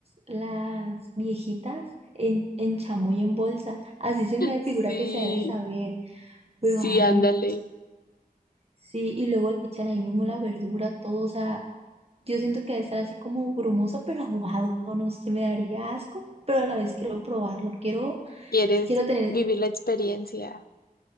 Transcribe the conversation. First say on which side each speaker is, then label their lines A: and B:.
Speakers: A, on the right (about 40°); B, on the left (about 75°).
A: las viejitas en, en chamoy en bolsa. Así se me
B: Sí,
A: figura que se ha de saber, pero
B: sí,
A: ay,
B: ándale.
A: no. Sí, y luego le echan ahí mismo la verdura, todo, o sea, yo siento que debe estar así como brumoso, pero aguado, no sé, me daría asco, pero a la vez quiero probarlo, quiero,
B: ¿Quieres
A: quiero tener
B: vivir la experiencia?